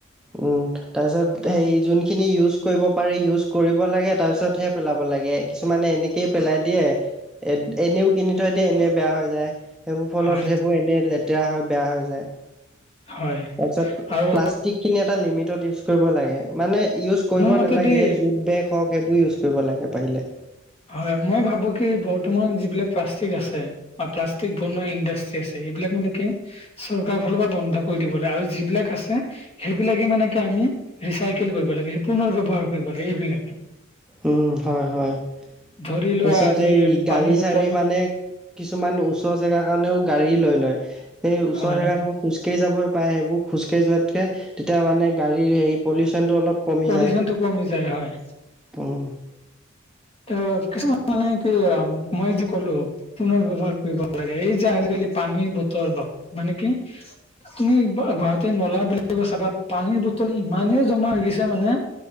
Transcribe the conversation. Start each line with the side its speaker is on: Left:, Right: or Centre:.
Centre: উম তাৰপিছত সেই যোনখিনি ইউজ কৰিব পাৰি ইউজ কৰিব লাগে তাৰপিছতহে পেলাব লাগে। কিছুমানে এনেকেই পেলাই দিয়ে এনেও কিনি থৈ দিয়ে এনেই বেয়া হৈ যায় সেইবোৰ ফলত
Left: হয়
Centre: এইবোৰ এনেই লেতেৰা হয় বেয়া হৈ যায়।
Left: হয়
Centre: তাৰপিছত
Left: আৰু
Centre: প্লাষ্টিক খিনি এটা লিমিটত ইউজ কৰিব লাগে মানে ইউজ কৰিব
Left: মোৰ মতেদি
Centre: নালাগে জোট বেগ হওঁক সেইবোৰ ইউজ কৰিব লাগে পাৰিলে।
Left: হয় মই ভাবো কি বৰ্তমান যিবিলাক প্লাষ্টিক আছে বা প্লাষ্টিক বনোৱা ইণ্ডাষ্ট্ৰি আছে এইবিলাক মানে কি চৰকাৰ ফালৰ পৰা বন্ধ কৰি দিব লাগে আৰু যিবিলাক আছে সেইবিলাকে মানে কি আমি ৰিচাইকেল কৰিব লাগে সেই পুনৰ ব্যৱহাৰ কৰিব লাগে এইবিলাকে।
Centre: উম হয় হয়
Left: ধৰি লোৱা
Centre: তাৰপিছত
Left: আজি
Centre: এই
Left: পানী
Centre: গাড়ী
Left: বটল
Centre: চাড়ী মানে কিছুমান ওচৰ জেগা কাৰণেও গাড়ী লৈ লয় সেই ওচৰ
Left: হয়
Centre: জেগা দোখৰ খোজকাঢ়ি যাবই পায় সেইবোৰ খোজকাঢ়ি যোৱাতকে তেতিয়া মানে গাড়ীৰ হেৰি পলিউশ্যচনটো অলপ কমি
Left: পলিউশ্যনটো
Centre: যায়
Left: কমি যায় হয়।
Centre: উম
Left: অ কিছুমান মানে কি আও মই যে ক'লো পুনৰ ব্যৱহাৰ কৰিব লাগে এই যে আজিকালি পানীৰ বটল বা মানে কি তুমি এক গুৱাহাটী নলা বিলাক চাবা পানীৰ বটল ইমানেই জমা হৈ গৈছে মানে